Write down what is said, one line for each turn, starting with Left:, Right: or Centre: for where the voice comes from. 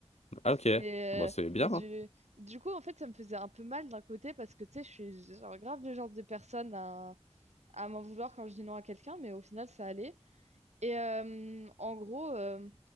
Left: Ah ok,
Right: Et, euh,
Left: bon c'est bien.
Right: et du,
Left: hein.
Right: du coup en fait ça me faisait un peu mal d'un côté parce que tu sais je suis genre grave le genre de personne à à m'en vouloir quand je dis non à quelqu'un, mais au final, ça allait. Et euh, en gros, euh,